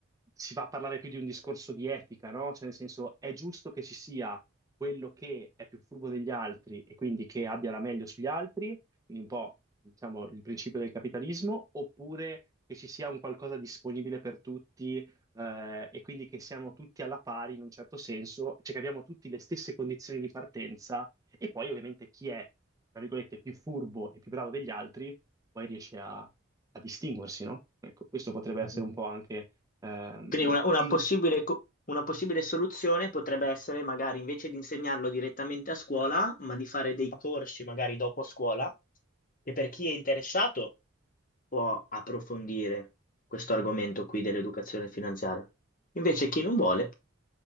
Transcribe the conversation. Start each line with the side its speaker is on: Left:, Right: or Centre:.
Right: si va a parlare più di un discorso di etica, no? Cioè, nel senso, è giusto che ci sia quello che è più furbo degli altri e quindi che abbia la meglio sugli altri, quindi un po', diciamo, il principio del capitalismo, oppure che ci sia un qualcosa disponibile per tutti, eh, e quindi che siamo tutti alla pari in un certo senso, cioè che abbiamo tutti le stesse condizioni di partenza e poi ovviamente chi è, tra virgolette, più furbo e più bravo degli altri poi riesce a, a distinguersi, no? Ecco, questo potrebbe
Left: Mhm.
Right: essere un po' anche ehm,
Left: Quindi una, una
Right: un-
Left: possibile, co- una possibile soluzione potrebbe essere magari invece di insegnarlo direttamente a scuola, ma di fare dei corsi magari dopo scuola, che per chi è interessato può approfondire questo argomento qui dell'educazione finanziaria. Invece chi non vuole